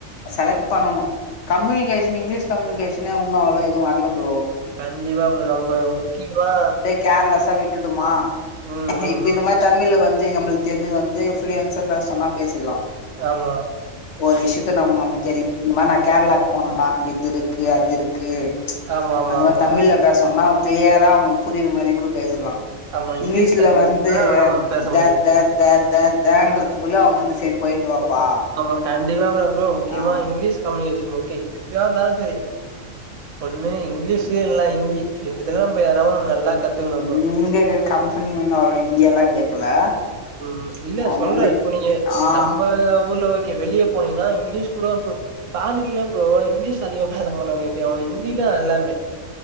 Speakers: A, on the left; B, on the right.
A: செலக்ட் பண்ணனு கம்யூனிகேஷன் இங்கிலீஷ் கம்யூனிகேஷனே உன்னு அவ்ளோ எதுவு வர்ல ப்ரோ
B: கண்டிப்பா ப்ரோ நம்ப முக்கியமா
A: கேர்லஸா விட்டுடுமா
B: ம் ம்
A: இப்ப இந்த
B: ம்
A: மாரி தமிழ்ல வந்து நம்புளுக்கு தெரிஞ்சது வந்து ஃப்லூயன்ஸா பேச சொன்னா பேசிர்லா
B: ஆமா
A: ஒரு விஷயத்த நம் நமக்கு தெரியு இந்த மாரி நா கேரளாக்கு போனனா அங்க இதுருக்கு அதுருக்கு
B: ஆமா
A: அந்த
B: ஆமா
A: மாரி
B: ஆமா
A: தமிழ்ல பேசொன்னா கிளியரா அவுங்களுக் புரியற மாரி கூட பேசிட்லா
B: ஆமா இங்கிலீஷ்ல
A: இங்க்லீஷ்ல
B: பேசணும்னா
A: வந்து
B: பேச
A: த
B: முடியாது
A: த த த தன்றதுக்குள்ள அவுங்க வந்து சேர் போய்ட்டு வாப்பா
B: நம்ம கண்டிப்பா அப்றோ ப்ரோ முக்கியமா
A: ஆ
B: இங்க்லீஷ் கம்யூனிகேஷன் முக்கியு எதாருந்தாலு சேரி ஒண்ணு இங்க்லீஷு இல்ல இந்தி ரெண்டுத்துல நம்ப எதா ஒன்னு நல்லா கத்துக்கணும் ப்ரோ
A: இந்த கம்பெனி வந்து அவ்ளோ இந்தியெல்லா கேக்கல
B: ம் இல்ல
A: அவங்க
B: சொல்றே
A: வந்து
B: இப்போ நீங்க
A: ஆ
B: நம்ப ஊர்ல வெளிய போனீங்கன்னா இங்க்லீஷ் கூட இப்ப பான் இல்ல ப்ரோ இங்க்லீஷ் அதிக பேச மாட்டானுங்க இப்ப எவனு இந்தி தா எல்லாமே